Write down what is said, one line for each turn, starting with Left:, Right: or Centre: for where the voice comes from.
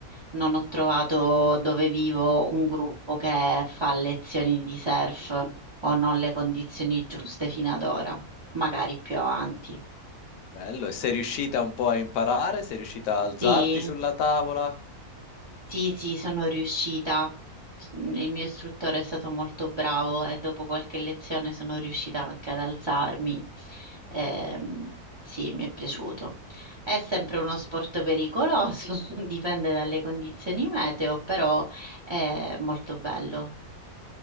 Right: non ho trovato dove vivo un gruppo che fa lezioni di surf o non le condizioni giuste fino ad ora, magari più avanti.
Left: Bello, e sei riuscita un po' a imparare? Sei riuscita a alzarti
Right: Sì.
Left: sulla tavola?
Right: Sì, sì, sono riuscita. Il mio istruttore è stato molto bravo e dopo qualche lezione sono riuscita anche ad alzarmi. Ehm, sì, mi è piaciuto. È sempre uno sport pericoloso, <laughs> dipende dalle condizioni meteo, però è molto bello.